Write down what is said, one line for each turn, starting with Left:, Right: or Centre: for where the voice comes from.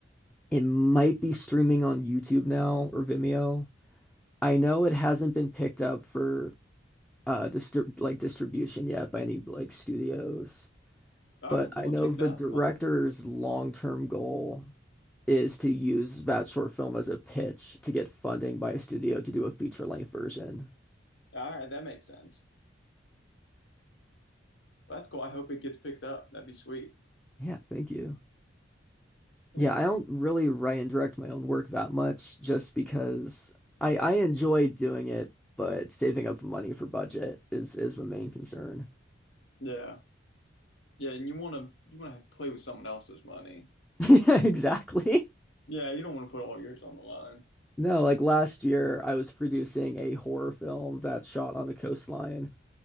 Centre: it might be streaming on YouTube now or Vimeo. I know it hasn't been picked up for uh distri like distribution yet by any like studios,
Left: All
Centre: but
Left: right, well
Centre: I know
Left: I'll check
Centre: the
Left: it out.
Centre: director's
Left: I'll-
Centre: long-term goal is to use that short film as a pitch to get funding by a studio to do a feature length version.
Left: all right, that makes sense. Well, that's cool. I hope it gets picked up. That'd be sweet.
Centre: Yeah, thank you.
Left: Yeah.
Centre: Yeah, I don't really write and direct my own work that much just because I I enjoy doing it, but saving up money for budget is is the main concern.
Left: Yeah. Yeah, and you wanna you wanna have- play with someone else's money.
Centre: <laughs> Exactly.
Left: Yeah, you don't want to put all yours on the line.
Centre: No, like last year I was producing a horror film that shot on the coastline,